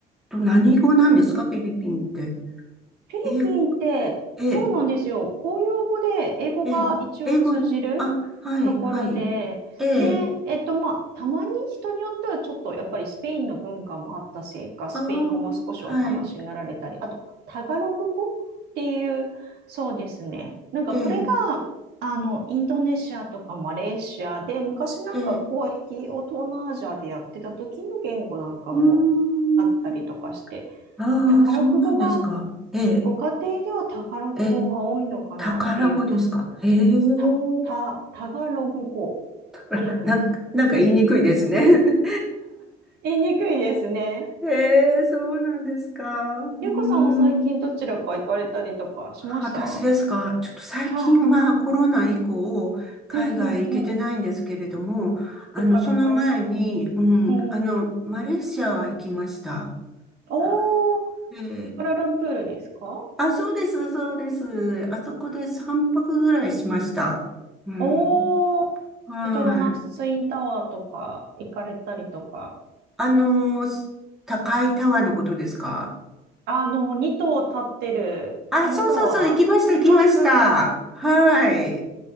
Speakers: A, in the centre; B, on the right (about 75°).
A: と、何語なんですか、フィリピンって。
B: フィリピンって、
A: ええ、ええ。
B: そうなんですよ。公用語で英語が一応通じる
A: ええ、英語、あ、はい、
B: ところで、
A: はい。ええ、
B: で、えっと、まあ、たまに人によってはちょっとやっぱりスペインの文化もあったせいか、スペイン語も少しお話になられたり、
A: ああ、はい、
B: あと、タガログ語っていう、そうですね。なんかこれが、
A: ええ、
B: あの、インドネシアとかマレーシアで、昔なんか交易を東南アジアでやってた時の言語なんかも
A: ええ、うーん、
B: あったりとかして、
A: ああ、
B: タガログ語が、
A: そうなんですか。ええ、
B: ご家庭ではタガログ語が多いのかなっていうか、
A: ええ、宝語ですか。へえ、<laughs>
B: た、た、タガログ語っていうんです。
A: あらなんか、なんか言いにくいですね。<laughs>
B: 言いにくいですね。
A: へえ、そうなんですか。うーん
B: ゆうこさんも最近どちらか行かれたりとかしましたは
A: 私ですか。ちょっと最近はコロナ以降、
B: い。
A: 海外行けてないんですけれども、
B: うんうんうん。
A: あの、
B: 物価高いですね
A: その前に、うん、
B: うん
A: あの、マレーシアは行きました。
B: おー、
A: は
B: ク
A: いで、
B: アラルンプールですか
A: あ、そうです、そうです。あそこで3泊ぐらいしました。うん。
B: おー、
A: はい。
B: ペトロナスインタワーとか行かれたりとか。
A: あの、高いタワーのことですか
B: あの、2棟立ってる、
A: あ、
B: あのタワー。
A: そうそうそう、行きました、行きました。
B: はいはいはい。
A: はい。